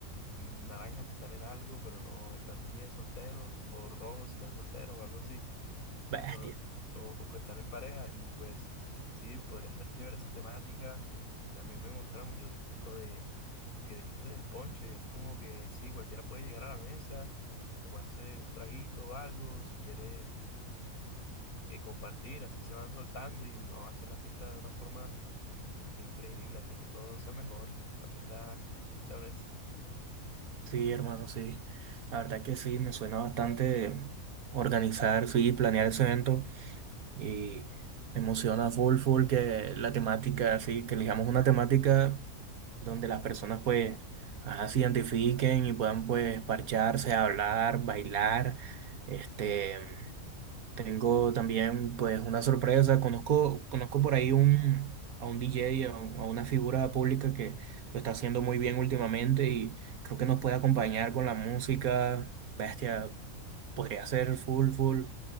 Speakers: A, on the left (about 75°); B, on the right (about 75°).
A: mm, naranja si están en algo, pero no están bien solteros, o rojo si están solteros o algo así, entonces,
B: Bestia.
A: o, o que están en pareja y pues sí, podría ser chévere esa temática. También me emociona mucho lo de lo que dijiste del ponche, es como que sí, cualquiera puede llegar a la mesa, tomarse un traguito o algo, si quiere eh, compartir, así se van soltando y no hacen la fiesta de una forma este, increíble, hacen que todo sea mejor, la fiesta sea un éxito.
B: Sí, hermano, sí. La verdad que sí, me suena bastante organizar, sí, planear ese evento. Y me emociona full, full que la temática, así, que elijamos una temática donde las personas pues ajá, se identifiquen y puedan pues parcharse, hablar, bailar. Este, tengo también pues una sorpresa. Conozco, conozco por ahí un, a un DJ, a, un- a una figura pública que lo está haciendo muy bien últimamente y creo que nos puede acompañar con la música. Bestia, podría ser full, full